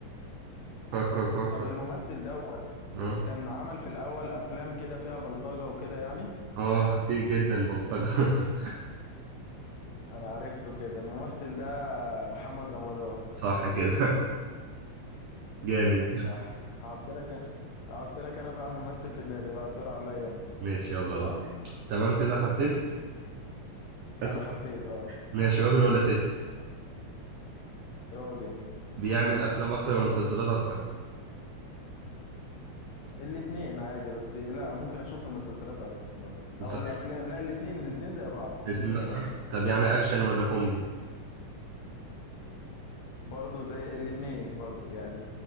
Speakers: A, on the right; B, on the left.
A: فكر فكر
B: طب الممثل ده
A: اه
B: كان عمل في الأول أفلام كده فيها بلطجة وكده يعني
A: اه كتير جدا بلطجة <laughs>
B: أنا عرفته كده الممثل ده محمد رمضان
A: صح كده <laughs> جامد
B: صح هحط لك أنا هحط لك أنا بقى ممثل في دماغي بقى الدور عليا أنا
A: ماشي يلا
B: تمام
A: اهو تمام كده حطيت أسأل
B: أنا حطيت أه
A: ماشي راجل ولا ست
B: راجل
A: بيعمل أفلام أكتر ولا مسلسلات أكتر
B: الاتنين عادي بس لا ممكن أشوف المسلسلات أكتر برضه
A: مسلسلات
B: أو الأفلام لا الاتنين الاتنين زي بعض الاتنين
A: أكتر.
B: زي بعض
A: طب يعني أكشن ولا كوميدي
B: برضه زي الاتنين برضه يعني